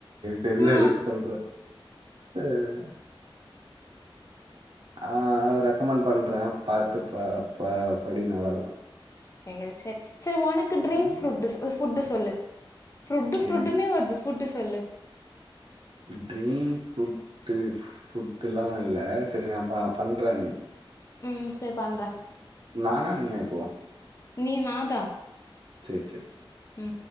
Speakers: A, on the right (about 65°); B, on the left (about 35°).
A: தெரிஞ்சா
B: ஆ
A: எதுக்கு சொல்ற அஹ
B: பிளாங்க்
A: ஆஹ் ரெக்கமென்ட் பண்ற பார்த்துப் பா படி நல்லா
B: சரி சரி சரி உனக்கு ட்ரீம்
A: ம்
B: ஃபரட் ஃபுட்டு சொல்லு ஃப்ரட்டு ஃபுட்டு
A: எனக்கு
B: புட்டுன்னே வருது புட்டு சொல்லு
A: ட்ரீம் ஃபுட்டு ஃபுட்ல்லா இல்ல சரி நா ப பண்றே நீ
B: ம் சேர் பண்றே
A: நானா நீயா இப்போ
B: நீ நாதா
A: சேர் சேர்
B: ம்